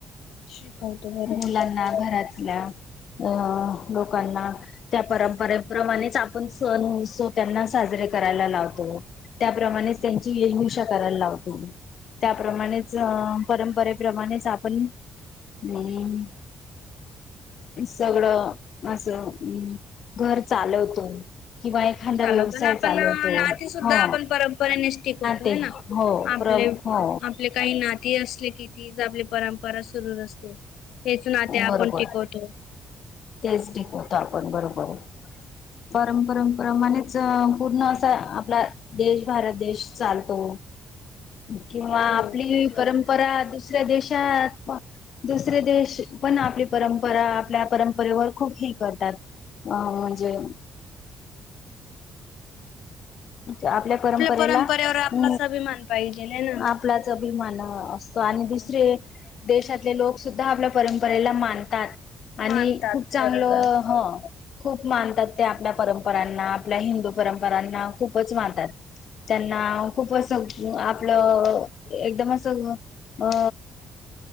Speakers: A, on the left (about 80°); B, on the left (about 60°).
A: शिकवतो बरोबर.
B: मुलांना घरातल्या अं लोकांना त्या परंपरेप्रमाणेच आपण सण उत्सव त्यांना साजरे करायला लावतो त्याप्रमाणेच त्यांची येल मिशा करायला लावतो म त्याप्रमाणेच अ परंपरेप्रमाणेच आपण अम सगळं असं घर चालवतो किंवा एखादा
A: झाल
B: व्यवसाय
A: पण आपण
B: चालवतो
A: नाती सुुद्धा
B: हो
A: आपण परंपरेनेच टिकवतो
B: ते
A: ह ना
B: हो
A: आपले
B: प्र हो
A: आपले काही नाती असले कितीीच आपली परंपरा सुरू असते हेच ना ते
B: बरोबर
A: आपण टिकवतो
B: तेच टिकवतो आपण बरोबर परमपरंपरामानेच पूर्ण असा आपला देश भारत देश चालतो किंवा
A: हो.
B: आपली परं पर दुसऱ्या देशात दुसरे देश पण आपली परंपरा आपल्या परंपरेवर खूप ह करतात अ म्हणजे आपल्या परंपरेला
A: परंपरेवर
B: अ
A: आपलाच अभिमान पाहिजे हे ना.
B: आपलाच अभिमान असतो आणि
A: हो.
B: दुसरे देशातले लोक सुद्धा आपल्या परंपरेला मानतात आणि
A: मानतात
B: खूप चांगलं
A: बरोबर
B: हा खूप मानतात ते आपल्या परंपरांना आपल्या हिंदू परंपरांना खूपच मानतात त्यांना खूप असं आपलं एकदमचं अ